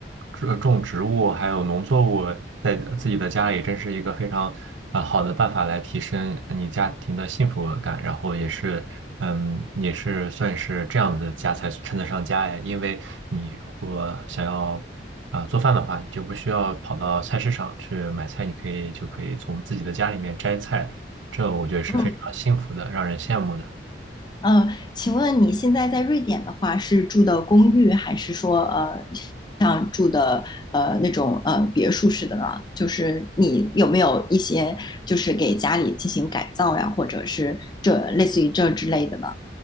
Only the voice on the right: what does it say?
种种植物还有农作物在自己的家里，真是一个非常啊、好的办法来提升你家庭的幸福感，然后也是嗯，也是算是这样的家才称得上家呀。因为你如果想要啊、做饭的话，你就不需要跑到菜市场去买菜，你可以就可以从自己的家里面摘菜，这我觉得是非常幸福的，
让人羡慕的。